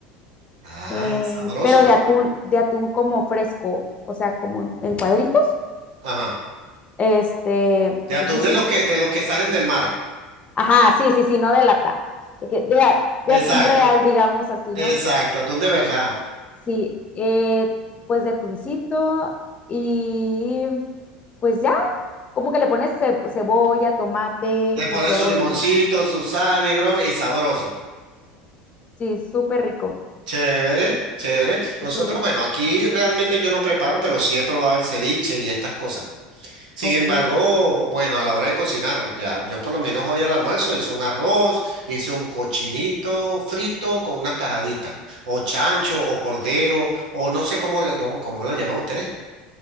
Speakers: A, on the right (about 80°); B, on the left (about 30°).
A: ay,
B: eh,
A: sabroso.
B: pero de atún, de atún como fresco, o sea, como en, en cuadritos.
A: Ajá.
B: Este,
A: De
B: entonces,
A: atún de
B: es
A: los
B: este-
A: que, de los que salen del mar.
B: ajá, sí, sí, sí, no de lata, de, de a- de
A: Exacto,
B: atún real, digamos así,
A: exacto,
B: ¿no?
A: atún de verdad.
B: Sí, eh, pues de atuncito y pues ya, como que le pones ce- cebolla, tomate
A: Le
B: y
A: pones
B: todo
A: su limoncito,
B: eso.
A: su sal y broma, y sabroso.
B: Sí, súper rico.
A: Chévere, chévere.
B: Súper,
A: Nosotros,
B: rico.
A: bueno, aquí realmente yo no preparo, pero sí he probado el ceviche y estas cosas. Sin
B: ok.
A: embargo, bueno, a la hora de cocinar, ya, yo por lo menos hoy al almuerzo hice un arroz, hice un cochinito frito con unas tajaditas, o chancho, o cordero, o no sé cómo, le- cómo, cómo lo llaman ustedes,